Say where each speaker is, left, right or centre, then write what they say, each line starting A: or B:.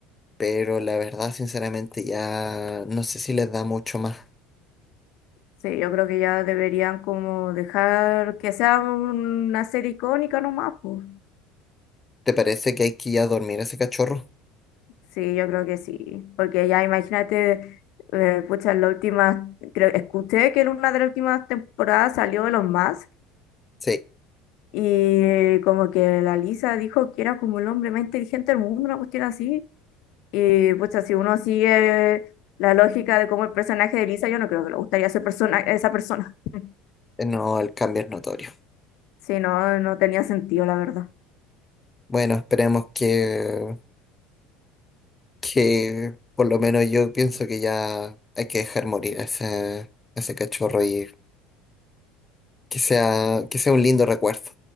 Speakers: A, on the left; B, on the left.
A: pero la verdad, sinceramente, ya no sé si les da mucho más.
B: Sí, yo creo que ya deberían como dejar que sea una serie icónica nomás, pues.
A: ¿Te parece que hay que ir a dormir a ese cachorro?
B: Sí, yo creo que sí. Porque ya imagínate, eh, pucha, en la última, creo, escuché que en una de las últimas temporadas salió Elon Musk
A: Sí,
B: y como que la Lisa dijo que era como el hombre más inteligente del mundo, una cuestión así. Y pues si uno sigue la lógica de cómo el personaje de Lisa, yo no creo que le gustaría ese persona, esa persona. <laughs>
A: eh, no, el cambio es notorio.
B: Si no, no tenía sentido, la verdad.
A: Bueno, esperemos que, que por lo menos yo pienso que ya hay que dejar morir a ese, a ese cachorro y que sea, que sea un lindo recuerdo.